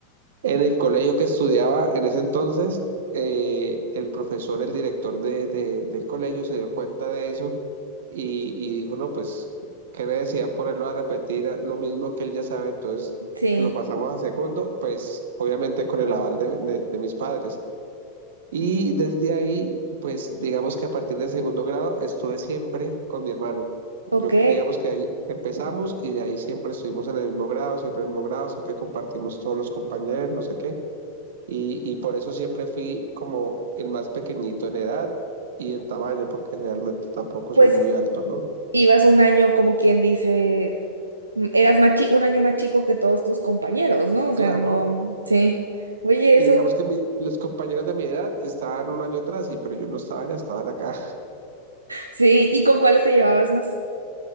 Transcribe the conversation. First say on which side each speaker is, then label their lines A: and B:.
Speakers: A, on the right; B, on the right.
A: en el colegio que estudiaba en ese entonces, eh, el profesor, el director de, de- del colegio se dio cuenta de eso y, y dijo, no, pues, qué necesidad ponerlo a repetir a- lo mismo que él ya sabe, entonces
B: Sí.
A: lo pasamos a segundo, pues obviamente con el aval de, de- de mis padres. Y desde ahí, pues digamos que a partir del segundo grado estuve siempre con mi hermano. Yo
B: Ok.
A: digamos que ahí empezamos y de ahí siempre estuvimos en el mismo grado, siempre en el mismo grado, siempre compartimos todos los compañeros, no sé qué. Y, y por eso siempre fui como el más pequeñito en edad y en tamaño, porque realmente tampoco
B: Pues
A: soy muy alto, ¿no?
B: ibas un año, como quien dice, m- eras más chi- un año más chico que todos tus compañeros, ¿no? O sea,
A: Claro.
B: no, sí. Oye,
A: Y
B: eso.
A: digamos
B: <laughs>
A: que mi- los compañeros de mi edad estaban un año atrás, y, pero yo no estaba, ya estaban acá.
B: Sí, ¿y con cuáles te llevabas más?